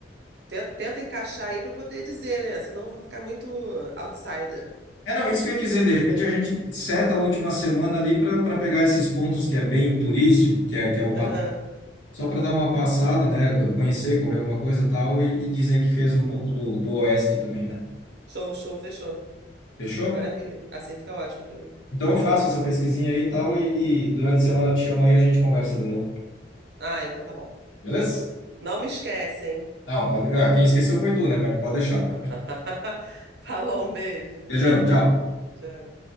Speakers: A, on the right (about 60°); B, on the left (about 80°).
A: Ten- Tenta encaixar aí para poder dizer, né? Senão eu vou ficar muito outsider.
B: É, não, isso que eu ia dizer, de repente a gente seta a última semana ali para pegar esses pontos que é bem turístico, que é, que é o
A: Aham.
B: padrão, só para dar uma passada, né? co- Conhecer, comer alguma coisa e tal, e, e dizer que fez um pouco do, do oeste também, né?
A: Show, show, fechou.
B: Fechou?
A: Maravilha. Assim fica ótimo para mim.
B: Então eu faço essa pesquisinha aí e tal, e, e durante a semana eu te chamo aí e a gente conversa de novo.
A: Ah, então tá bom.
B: Beleza?
A: Não me esquecem.
B: Não, pode. Ah, quem esqueceu foi tu, né? Mas pode deixar.
A: <laughs> Falou, um beijo.
B: Beijão, tchau.
A: Tchau.